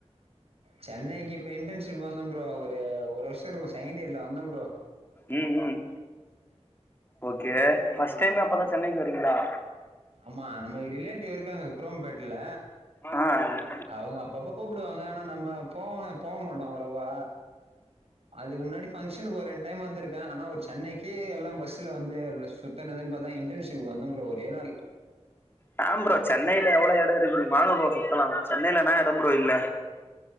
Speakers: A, on the right; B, on the left.
A: சென்னைக்கு இப்ப இன்டர்ன்ஷிப் வந்தோ புரோ ஒரு வருஷ இருக்கு செகண்ட் இயர்ல வந்தோ புரோ
B: உம் உம் ஓகே ஃபர்ஸ்ட் டைமே அப்பதான் சென்னைக்கு வரீங்களா
A: ஆமா நமக்கு ரிலேட்டிவ் இருக்காங்க குரோம்பேட்ல
B: ஹ
A: அவங்க அப்பப்ப கூப்பிடுவாங்க ஆனா நம்ம போவ போக மாட்டோ அவ்வளவா அதுக்கு முன்னாடிஃபங்க்ஷனுக்கு வர்ரே ஒருடைம் வந்திருக்கே ஆனா ஒரு சென்னைக்கு எல்லா பஸ்ல வந்து சுத்தனதுன்னு பார்த்தா இன்டர்ன்ஷிப் வந்தம் ஒரே நாள்
B: வாங்க புரோ சென்னையில எவ்வளவு இடம் இருக்குது வாங்க புரோ சுத்தலா சென்னைலனா இடம் புரோ இல்ல